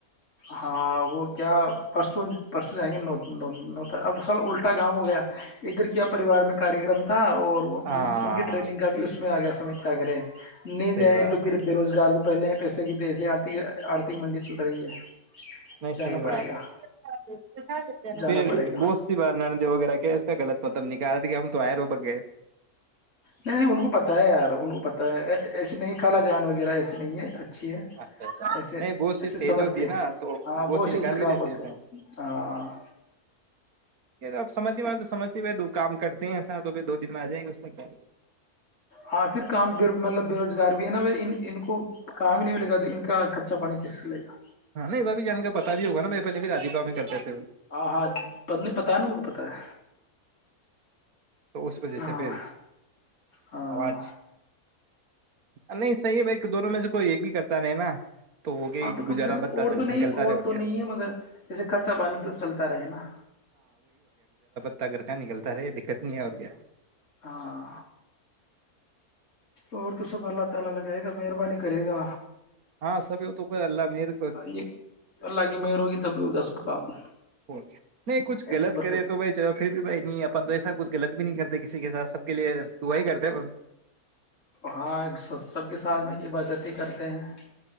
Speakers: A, on the left; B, on the right.
A: ہاں وہ کیا پرسوں پرسوں جائیں گے اب سر الٹا کام ہو گیا ادھر کیا پریوار میں کاریہ کررم تھا اور
B: ہاں
A: ان کی ٹرینگ کا بھی اس میں آ گیا سمج کیا سگرگرے نہیں
B: صحیح
A: جائیں
B: بات
A: تو پھر
B: ہے
A: بے روزگار پہلے ہی پیسے کی دیہی آرت آرھک مندی چل رہی ہے
B: نہیں
A: جانا
B: صحیح بات
A: پڑے گا
B: ہے
A: جانا
B: پھر
A: پڑے گا
B: بہت سی بار نرد وغیرہ کیا اس کا غلط مطلب نکال رہا تھا کیا ہم تو آ رو ب گے
A: نہیں نہیں ان کو پت ہے یار ان کو پتہ ہے ایسے نہیں خالا جان وغیرہ ایسے نہیں ہے اچھا اچھی ہے
B: اچھا اچھا
A: ایسے
B: نہیں بہت سی
A: ایسے
B: تیز
A: سمجھتے
B: ہوتی ہے نا
A: ہیں
B: تو
A: ہاں بہت
B: سی
A: سےی
B: نکال
A: خراب
B: بھی لیتی
A: ہوتے
B: ہے اس
A: ہیں
B: میں
A: ہاں
B: ب سمجھ نہیں م تو سجتی بائی دو کام کرتے ہیں ایسا توھر دو دن میں آ جائیں گے اس میں کیا
A: ہاں پھر کام مطلب بے روزگار بھی ہے نا ب ان کو کام ہی نہیں ملے گا تو ان کا خرچہ پانی کس سے چلے گا
B: ہاں نہیں ب ا بھی جان کا پتا بھی ہوگا میں پہل بھی راداؤں کرتےے
A: آ ہاں پت نہیں پتا ہے نا ان کو پتاہ ہے
B: تو اس وجہ سے
A: ہاں
B: پھر
A: ہاں
B: آواز نہیں صحیح ہے بھائی دونوں میں سے کوئی ایک ہی کرتا رہ نا وہ کیا
A: ہاں تو
B: گزارا
A: کم سے کم
B: بتہ
A: اور
B: چل
A: تو نہیں
B: نکلتا
A: اور
B: رہے
A: تو
B: کیا
A: نہیں ہے مگر جیسے خرچہ پانی تو چلتا رہے نا
B: گگر کاا نکلتا رہے د چتنی اور کے
A: ہاں اور تو سب پ اللہ تعالیا لگائے گ مہربانی کرےا
B: ہاں سب تو اللہ مر
A: یہ اللہ کی مہر ہوگی تب بھی ہوگا سب کام
B: کہ نہیں کچھ غلط
A: ایسے برکت
B: کرے تو بھائی چ پھر بھی بھائی نہیں اپن تو ایسا کچھ غلط بھی نہیں کرتے کسی کے ساتھ سب کے لیے دعا ہی کرتے
A: ہاں سب کے سالھ میں عبادتی کرتے ہیں <unintelligible>